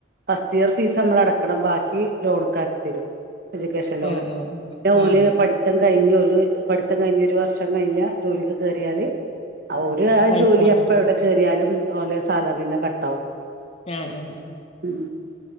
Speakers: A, on the right; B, on the left.
A: ഫസ്റ്റ് ഇയർ ഫീസ് നമ്മളടക്കണം ബാക്കി ലോണക്കാർ തരും എജ്യൂക്കേഷനോ
B: ആ ആ ആ
A: ഓലപഠിത്തം
B: ആ
A: കഴിഞ്ഞ പഠിത്തം കഴിഞ്ഞ ഒരു വർഷം കഴിഞ്ഞ ജോലിക്ക് കയറിയാല് ഒരു
B: പൈസ
A: ജോലി
B: കൊണ്ടട
A: അപ്പ എവിടെ കയറിയാലും ലെ സാലറിന്ന് കട്ടാവും
B: ആഹ് ആഹ് ആഹ്
A: ഉം